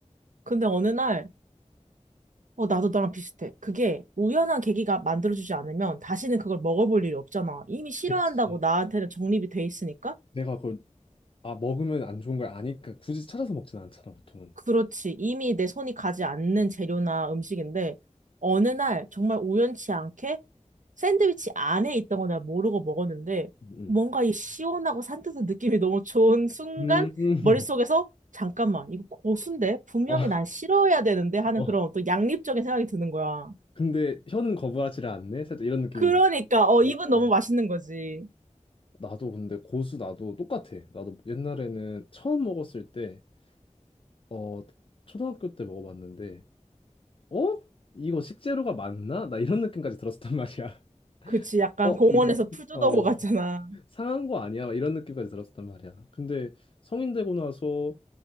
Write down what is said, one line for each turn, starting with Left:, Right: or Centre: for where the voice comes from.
Right: 근데 어느 날, 어, 나도 너랑 비슷해. 그게 우연한 계기가 만들어주지 않으면 다시는 그걸 먹어볼 일이 없잖아. 이미 싫어한다고
Left: 그치.
Right: 나한테는 정립이 돼 있으니까.
Left: 내가 그걸, 아, 먹으면 안 좋은 걸 아니까 굳이 찾아서 먹진 않잖아, 보통은.
Right: 그렇지. 이미 내 손이 가지 않는 재료나 음식인데, 어느 날 정말 우연치 않게 샌드위치 안에 있던 거 내가 모르고 먹었는데,
Left: 음.
Right: 뭔가 이 시원하고 산뜻한 느낌이 너무 좋은 순간,
Left: 음. 음.
Right: 머릿속에서, 잠깐만, 이거 고수인데? 분명히
Left: 어.
Right: 난 싫어야 되는데? 하는
Left: <laughs> 어.
Right: 그런 또 양립적인 생각이 드는 거야.
Left: 근데 혀는 거부하지를 않네? 살짝 이런 느낌인
Right: 그러니까, 어,
Left: 거.
Right: 입은
Left: 어.
Right: 너무 맛있는 거지.
Left: 나도 근데 고수 나도 똑같아. 나도 옛날에는 처음 먹었을 때, 어, 초등학교 때 먹어봤는데, 어? 이거 식재료가 맞나? 나 이런 느낌까지 들었었단 말이야. <laughs>
Right: 그치, 약간
Left: 어,
Right: 공원에서
Left: 이거,
Right: 풀 뜯어
Left: 어.
Right: 먹었잖아.
Left: 상한 거 아니야? 막 이런 느낌까지 들었단 말이야. 근데 성인 되고 나서